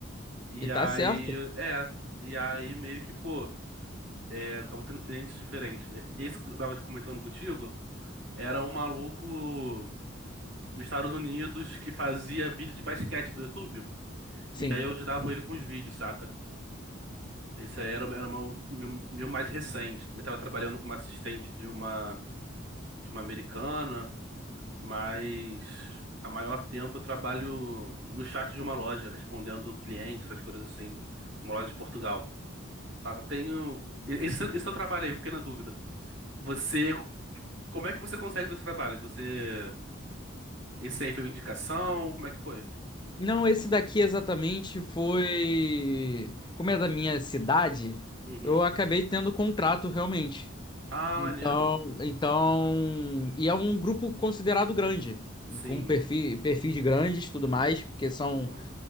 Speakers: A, on the right; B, on the left.
A: E
B: E tá
A: aí,
B: certo?
A: é. E aí meio que, pô, é, acabo tendo clientes diferentes. Esse que eu tava comentando contigo era um maluco dos Estados Unidos que fazia vídeo de basquete pro YouTube.
B: Sim.
A: E aí eu ajudava ele com os vídeos, saca? Esse aí era, era uma- meu, meu mais recente. Também tava trabalhando como assistente de uma, de uma americana, mas a maior tempo eu trabalho no chat de uma loja, respondendo clientes, essas coisas assim. Uma loja de Portugal, saca? Eu Tenho. Esse, esse seu trabalho aí, eu fiquei na dúvida. Você. Como é que você consegue dois trabalhos? Você. Esse aí foi uma indicação? Como é que foi?
B: Não, esse daqui exatamente foi. Como é da minha cidade,
A: Uhum.
B: eu acabei tendo contrato realmente.
A: Ah,
B: Então,
A: maneiro.
B: então, e é um grupo considerado grande,
A: Sim.
B: com perfis, perfis grandes, e tudo mais, porque são
A: Aham.